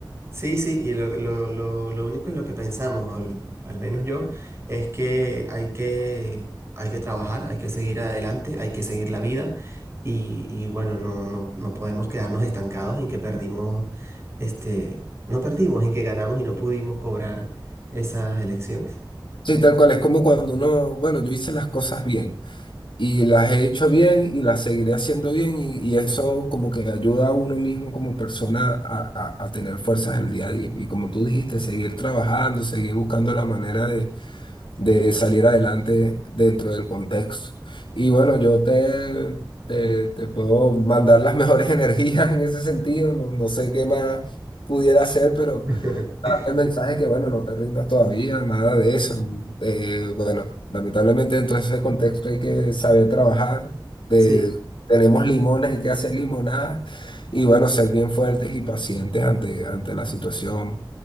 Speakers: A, on the right; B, on the left.
A: Sí, sí, y lo, lo, lo, lo único en lo que pensamos, al, al menos yo, es que hay que, hay que trabajar, hay que seguir adelante, hay que seguir la vida y, y bueno, no, no, no podemos quedarnos estancados en que perdimos, este, no perdimos, en que ganamos y no pudimos cobrar esas elecciones.
B: Sí, tal cual, es como cuando uno, bueno, yo hice las cosas bien. y las he hecho bien y las seguiré haciendo bien y, y eso como que ayuda a uno mismo como persona a, a- a tener fuerzas el día a día. Y como tú dijiste, seguir trabajando, seguir buscando la manera de, de salir adelante dentro del contexto. Y bueno, yo te, te, te puedo mandar las mejores <laughs> energías en ese sentido, no, no sé qué más pudiera hacer, pero
A: <laughs>
B: darte el mensaje que, bueno, no te rindas todavía, nada de eso. Eh, bueno, lamentablemente dentro de ese contexto hay que saber trabajar. De,
A: Sí.
B: tenemos limones, hay que hacer limonadas y, bueno, ser bien fuertes y pacientes ante, ante la situación.